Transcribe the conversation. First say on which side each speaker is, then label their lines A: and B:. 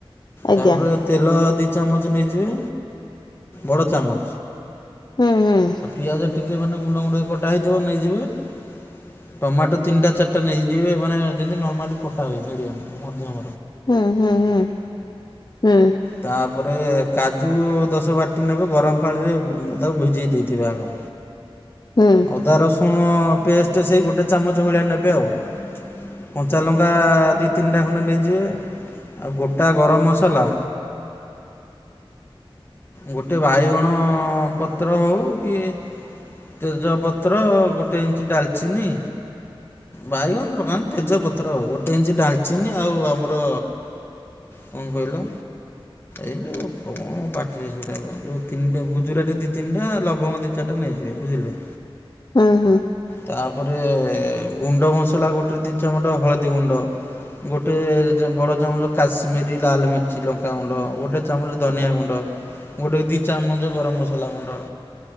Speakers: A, on the left; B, on the left.
A: ଆଜ୍ଞା
B: ତାପରେ ତେଲ ଦୁଇ ଚାମଚ ନେଇଯିବେ ବଡ଼ ଚାମଚ।
A: ହୁଁ ହୁଁ।
B: ଆଉ ପିଆଜ ଟିକେ ମାନେ ଗୁଣ୍ଡ ଗୁଣ୍ଡ କଟା ହେଇଥିବ ନେଇଯିବେ। ଟମାଟୋ ତିନିଟା ଚାରିଟା ନେଇଯିବେ ମାନେ ଯେମିତି ନର୍ମାଲି କଟା ହୁଏ ମିଡିଅମ ମଧ୍ୟମ
A: ହୁଁ ହୁଁ ହୁଁ ହୁଁ।
B: ତାପରେ କାଜୁ ଦଶ ବାର ଟି ନେବେ ଗରମ ପାଣିରେ ତାକୁ ଭିଜେଇ ଦେଇଥିବେ ଆଗ
A: ହୁଁ।
B: ଅଦା ରସୁଣ ପେଷ୍ଟ ସେଇ ଗୋଟେ ଚାମଚ ଭଳିଆ ନେବେ ଆଉ କଞ୍ଚାଲଙ୍କା ଦୁଇ ତିନିଟା ଖଣ୍ଡେ ନେଇଯିବେ ଆଉ ଗୋଟା ଗରମ ମସଲା ଗୋଟେ ବାଇଗଣ ପତ୍ର ହେଉ କି ତେଜପତ୍ର ଗୋଟେ ଇଞ୍ଚି ଡାଲଚିନି ବାଇଗଣ ଦରୋକାନ ତେଜପତ୍ର ଆଉ ଗୋଟେ ଇଞ୍ଚି ଡାଲଚିନି ଆଉ ଆମର କଣ କହିଲ? ଏଇ ଯୋଉ କଣ ପାଟିରେ ସେଇଟା ଯୋଉ ତିନିଟା ଗୁଜୁରାରେ ଦି ତିନିଟା ଲବଙ୍ଗ ଦି ଚାଟା ନେଇଯିବେ ବୁଝିଲେ।
A: ହୁଁ ହୁଁ।
B: ତାପରେ ଗୁଣ୍ଡ ମସଲା ଗୋଟେ ଦୁ ଚାମଟ ହଳଦୀ ଗୁଣ୍ଡ ଗୋଟେ ବଡ ଚାମଚ କାଶ୍ମୀରୀ ଲାଲ ମିର୍ଚି ଲଙ୍କାାଗୁଣ୍ଡ ଗୋଟେ ଚାମଚ ଧନିଆ ଗୁଣ୍ଡ ଗୋଟେ ଦୁଇ ଚାରିମଞ୍ଚ ଗରମ ମସଲା ଗୁଣ୍ଡ